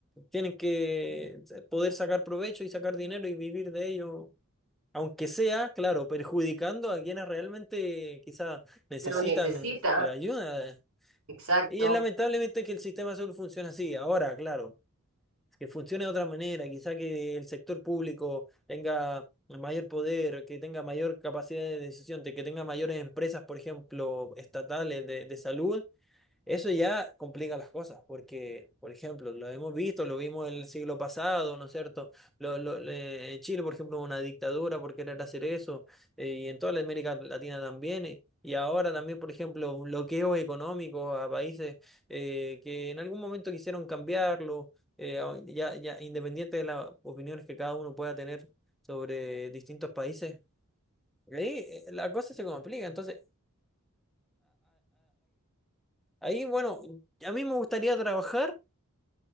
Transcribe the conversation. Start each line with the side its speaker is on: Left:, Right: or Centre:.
Centre: tienen que poder sacar provecho y sacar dinero y vivir de ello, aunque sea, claro, perjudicando a quienes realmente quizás necesitan
Right: Lo necesita,
Centre: la ayuda.
Right: exacto.
Centre: Y es lamentablemente que el sistema de salud funciona así. Ahora, claro que funcione de otra manera, quizá que el sector público tenga mayor poder, que tenga mayor capacidad de decisión, de que tenga mayores empresas, por ejemplo, estatales de, de salud, eso ya complica las cosas, porque, por ejemplo, lo hemos visto, lo vimos el siglo pasado, ¿no es cierto? Lo- lo- le- en Chile, por ejemplo, hubo una dictadura por querer hacer eso, eh, y en toda la América Latina también, eh, y ahora también, por ejemplo, bloqueos económicos a países eh, que en algún momento quisieron cambiarlo, eh, a- ya, ya independiente de las opiniones que cada uno pueda tener sobre distintos países. Ahí eh, la cosa se complica, entonces... Ahí, bueno, a mí me gustaría trabajar